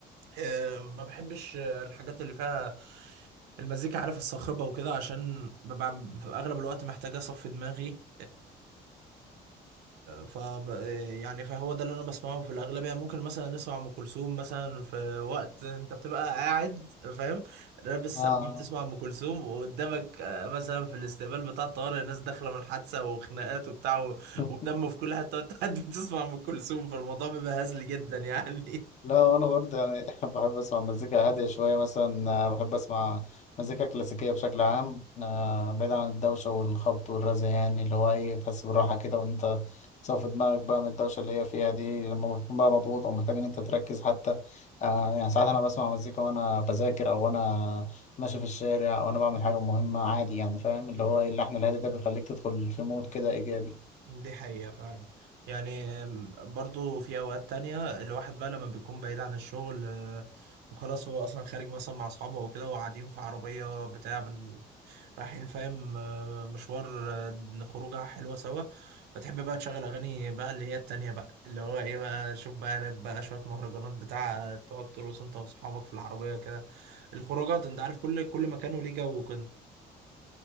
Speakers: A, on the right; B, on the left.
A: آه، ما بحبش آه، الحاجات اللي فيها المزيكا عارف الصاخبه وكده عشان ببقى في اغلب الوقت محتاج اصفي دماغي ف يعني فهو ده اللي انا بسمعه في الاغلبيه ممكن مثلا نسمع ام كلثوم مثلا في وقت انت بتبقى قاعد فاهم لابس
B: اه
A: سماعه بتسمع ام كلثوم وقدامك آه، مثلا في الاستقبال بتاع الطوارئ الناس داخله من حادثه وخناقات وبتاع و-
B: <laughs>
A: ودم في كل حته وانت قاعد <laughs> بتسمع ام كلثوم فالموضوع بيبقى هزلي جدا يعني
B: لا وانا برضه يعني <laughs> بحب اسمع مزيكا هاديه شويه مثلا آه، بحب اسمع مزيكا كلاسيكيه بشكل عام آه، بعيد عن الدوشه والخبط والرزع يعني اللي هو ايه تحس بالراحه كده وان انت تصفي دماغك بقى من الدوشه اللي هي فيها دي لما بتكون بقى مضغوط او محتاج ان انت تركز حتى آه، يعني ساعات انا بسمع مزيكا وانا بذاكر او وانا ماشي في الشارع او انا بعمل
A: <laughs>
B: حاجه مهمه عادي يعني فاهم اللي
A: مم.
B: هو ايه اللحن الهادي ده بيخليك تدخل في مود كده ايجابي
A: دي حقيقة فعلا يعني أم، برضو في أوقات تانية الواحد بقى لما بيكون بعيد عن الشغل آه، وخلاص هو أصلا خارج مثلا مع أصحابه أو كده وقاعدين في عربية بتاع من رايحين فاهم آه، مشوار آه، خروجة حلوة سوا فتحب بقى تشغل أغاني بقى اللي هي التانية بقى اللي هو إيه بقى شوف بقى راب بقى شوية مهرجانات بتاع آه، تقعد ترقص أنت وأصحابك في العربية كده الخروجات أنت عارف كل كل مكان وليه جو وكده